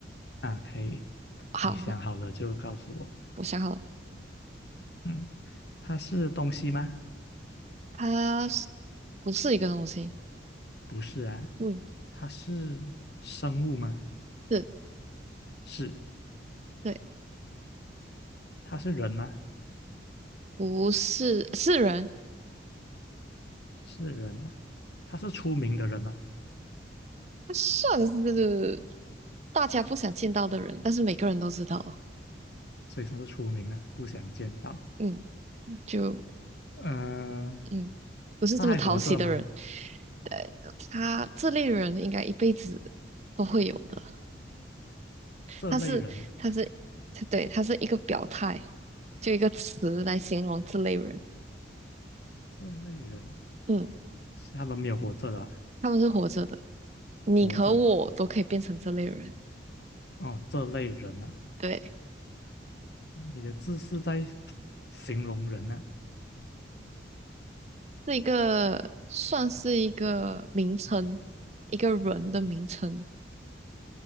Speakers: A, on the left; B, on the right.
A: 啊，可以。
B: 好，
A: 你想好了就告诉我。
B: 我我想好了。
A: 嗯，它是东西吗？
B: 他是不是一个东西？
A: 不是啊。
B: 嗯，
A: 它是生物吗？
B: 是，
A: 是。
B: 对，
A: 它是人吗？
B: 不是，是人，
A: 是人啊。它是出名的人吗？
B: 他算是大家不想见到的人，但是每个人都知道，
A: 所以他是出名了，不想见到。
B: 嗯，就
A: 嗯、
B: 嗯，不是这么讨喜的人，
A: 他还活着吗？
B: 对，他这类人应该一辈子都会有的。
A: 这类人啊，
B: 他是，他是，它对，他是一个表态，就一个词来形容这类人，
A: 这类人
B: 嗯，
A: 是他们没有活着的啊，
B: 他们是活着的，你和我都可以变成这类人，
A: 活着哦，这类人啊，
B: 对。
A: 你的字是在形容人啊，
B: 是一个算是一个名称，一个人的名称，